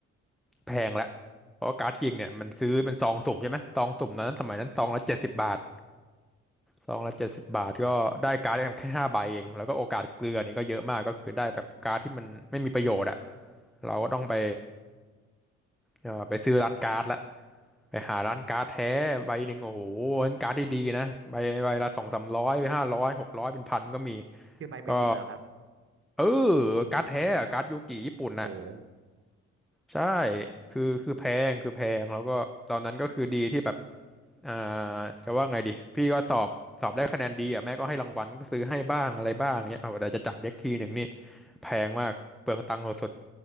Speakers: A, in the centre; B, on the right.
A: แพงละเพราะว่าการ์ดจริงเนี่ยมันซื้อเป็นซองสุ่มใช่ไหมซองสุ่มตอนนั้นสมัยนั้นซองละเจ็ดสิบบาท ซองละเจ็ดสิบบาทก็ได้การ์ดแค่ห้าใบเองแล้วก็โอกาสเกลือนี่ก็เยอะมากก็คือได้แบบการ์ดที่มันไม่มีประโยชน์อะเราก็ต้องไปเอ่อไปซื้อร้านการ์ดละไปหาร้านการ์ดแท้ใบหนึ่งโอ้โหร้านการ์ดดีๆนะใบใบละสองสามร้อยไปห้าร้อยหกร้อยเป็นพันก็มี
B: คือใบใบเดียวเหรอครับ
A: ก็เออการ์ดแท้อะการ์ดยูกิญี่ปุ่นอะ
B: โห
A: ใช่คือคือแพงคือแพงแล้วก็ตอนนั้นก็คือดีที่แบบอ่าจะว่าไงดีพี่ก็สอบสอบได้คะแนนดีอ่ะแม่ก็ให้รางวัลก็ซื้อให้บ้างอะไรบ้างเนี้ยเอาแต่จะจัดเด็กทีหนึ่งนี่แพงมากเปลืองตังค์สุด